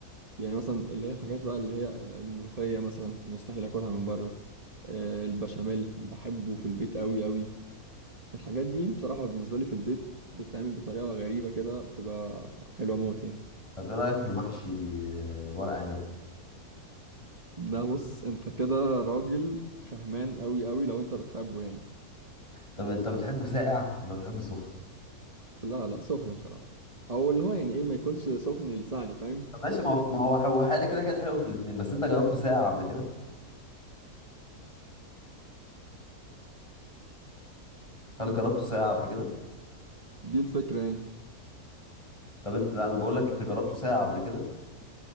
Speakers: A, on the right; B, on the left.
A: يعني مثلا اللي هي الحاجات بقى اللي هي آه، ملوخية مثلا مستحيل اكلها من بره آه، البشاميل بحبه في البيت قوي قوي الحاجات دي بصراحة بالنسبة لي في البيت بتتعمل بطريقة غريبة كده بتبقى حلوة موت يعني
B: طب ايه رايك في المحشي آه، ورق عنب
A: ده بص انت كده راجل فهمان قوي قوي لو انت بتحبه يعني
B: طب انت بتحبه ساقع ولا بتحبه سخن
A: لا لا سخن بصراحة او اللي هو يعني ايه ما يكونش سخن لساني فاهم
B: طب ماشي ما هو ما هو هو حاجه كده كده حلو في الاتنين بس انت جربته ساقع قبل كده هل جربته ساقع قبل كده
A: دي الفكرة يعني
B: طب انت لا انا بقول لك انت جربته ساعة قبل كده